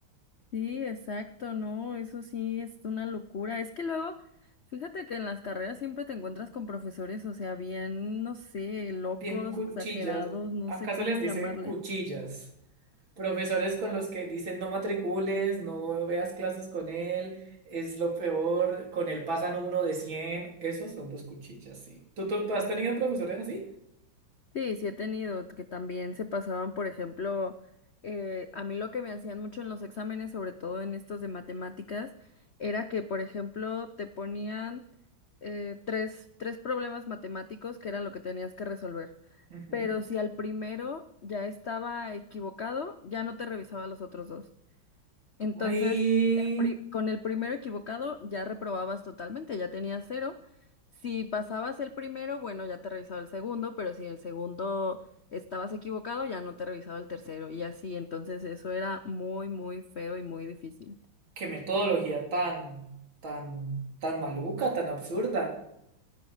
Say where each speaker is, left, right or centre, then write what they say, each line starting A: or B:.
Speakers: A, on the left; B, on the right.
A: Sí, exacto, no, eso sí es una locura. Es que luego, fíjate que en las carreras siempre te encuentras con profesores, o sea, bien, no sé, locos,
B: bien cuchillas.
A: exagerados, no
B: Acá
A: sé cómo
B: se les dice
A: llamarle.
B: cuchillas. Profesores con los que dicen no matricules, no veas clases con él, es lo peor, con él pasan uno de cien Esos son los cuchillas, sí. ¿Tú, tú, tú has tenido profesores así?
A: Sí, sí he tenido, que también se pasaban, por ejemplo, eh, a mí lo que me hacían mucho en los exámenes, sobre todo en estos de matemáticas, era que, por ejemplo, te ponían eh, tres, tres problemas matemáticos que era lo que tenías que resolver.
B: Ujú.
A: pero si al primero ya estaba equivocado, ya no te revisaba los otros dos. Entonces,
B: Ay,
A: el pri- con el primero equivocado ya reprobabas totalmente, ya tenías cero. Si pasabas el primero, bueno, ya te revisaba el segundo, pero si el segundo estabas equivocado, ya no te revisaba el tercero y así. Entonces, eso era muy, muy feo y muy difícil.
B: qué metodología tan, tan, tan maluca, tan absurda.